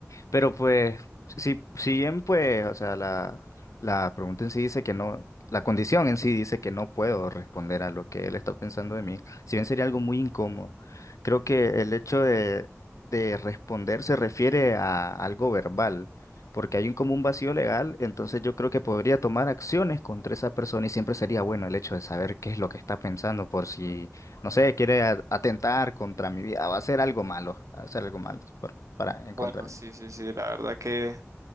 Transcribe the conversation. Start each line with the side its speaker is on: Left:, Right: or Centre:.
Left: Pero pues, si, si bien pues, o sea, la, la pregunta en sí dice que no, la condición en sí dice que no puedo responder a lo que él está pensando de mí, si bien sería algo muy incómodo, creo que el hecho de, de responder se refiere a algo verbal, porque hay un como un vacío legal, entonces yo creo que podría tomar acciones contra esa persona y siempre sería bueno el hecho de saber qué es lo que está pensando por si, no sé, quiere a- atentar contra mi vida, va a hacer algo malo, va a hacer algo malo por- para, en
Right: Bueno,
Left: contra mí.
Right: sí, sí, sí, la verdad que